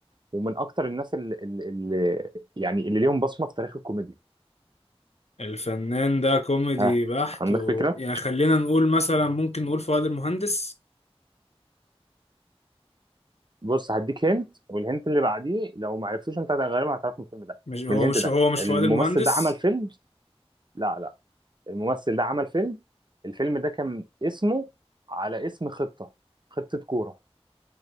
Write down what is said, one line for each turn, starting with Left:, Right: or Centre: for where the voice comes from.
Right: ومن اكتر الناس اللي, اللي يعني اللي ليهم بصمه في تاريخ الكوميديا
Left: الفنان ده كوميدي
Right: ها
Left: بحت
Right: عندك
Left: و...
Right: فكره
Left: يعني خلينا نقول مثلا ممكن نقول فؤاد المهندس
Right: بص هديك هنت والهنت اللي بعديه لو ما عرفتوش انت غالبا هتعرف من الفيلم ده
Left: مش هو
Right: من الهنت
Left: مش
Right: ده
Left: هو مش
Right: الممثل
Left: فؤاد المهندس
Right: ده عمل فيلم لا لا الممثل ده عمل فيلم الفيلم ده كان اسمه على اسم خطه خطه كوره